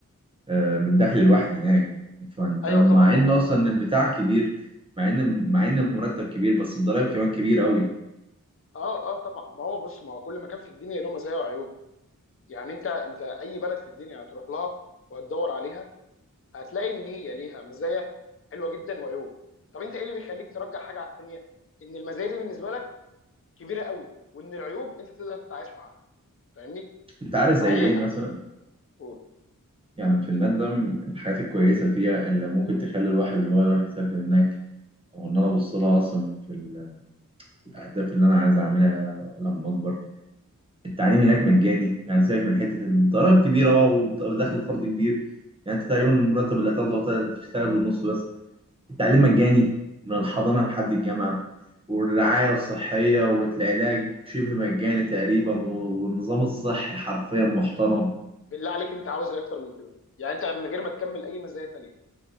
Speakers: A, on the right; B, on the left.
A: آه، من دخل الواحد هناك فانت
B: ايوه
A: مع
B: طبعا
A: ان اصلا البتاع كبير مع ان مع ان المرتب كبير بس الضرايب كمان كبيره قوي
B: اه اه طبعا ما هو بص ما هو كل مكان في الدنيا له مزايا وعيوب يعني انت انت اي بلد في الدنيا هتروح لها وهتدور عليها هتلاقي ان هي ليها مزايا حلوه جدا وعيوب طب انت ايه اللي بيخليك ترجح حاجه على الثانيه ان المزايا دي بالنسبه لك كبيره قوي وان العيوب انت تقدر تتعايش معاها فاهمني
A: انت عارف زي
B: بعدين
A: ايه مثلا
B: قول.
A: يعني فنلندا من الحاجات الكويسه فيها اللي ممكن تخلي الواحد اللي هو يروح يسافر هناك او ان انا ابص لها اصلا في ال- في الاهداف اللي انا عايز اعملها لما اكبر التعليم هناك مجاني يعني سيبك من حته الضرايب كبيره اه ودخل الفرد كبير يعني انت تقريبا المرتب اللي هتاخده هت- هتشتغل بالنص بس التعليم مجاني من الحضانه لحد الجامعه والرعايه
B: بالظبط
A: الصحيه والعلاج شبه مجاني تقريبا والنظام الصحي حرفيا محترم
B: طب بالله عليك انت عاوز ايه اكتر من كده يعني انت من غير ما تكمل اي مزايا تانية